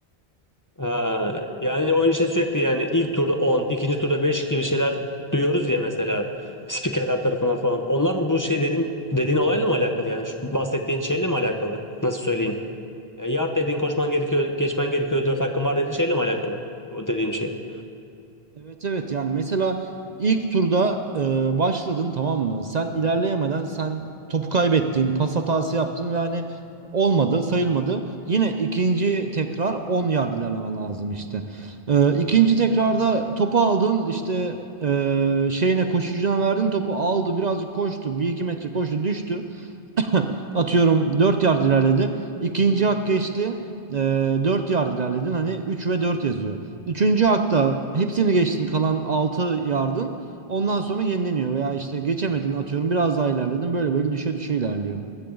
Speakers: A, on the left; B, on the right.
A: Ha, yani oyun için sürekli yani ilk turda 10, ikinci turda 5 gibi şeyler duyuyoruz ya mesela spikerler tarafından falan. Onlar mı bu şey dediğin, dediğin olayla mı alakalı yani? Şu bahsettiğin şeyle mi alakalı? Nasıl söyleyeyim? Ya yard dediğin koşman gerekiyor, geçmen gerekiyor, 4 hakkın var dediğin şeyle mi alakalı? Bu dediğim şey.
B: Evet evet yani mesela ilk turda e, başladın tamam mı? Sen ilerleyemeden sen topu kaybettin, pas hatası yaptın ve hani olmadı, sayılmadı. Yine ikinci tekrar 10 yard ilerlemen lazım işte. E, ikinci tekrarda topu aldın işte e, şeyine koşucuna verdin topu aldı birazcık koştu, bir iki metre koştu düştü. Atıyorum 4 yard ilerledi. İkinci hak geçti. Ee, 4 yard ilerledin. Hani 3 ve 4 yazıyor. Üçüncü hakta hepsini geçtin kalan 6 yardın. Ondan sonra yenileniyor veya işte geçemedin atıyorum biraz daha ilerledin. Böyle böyle düşe düşe ilerliyor.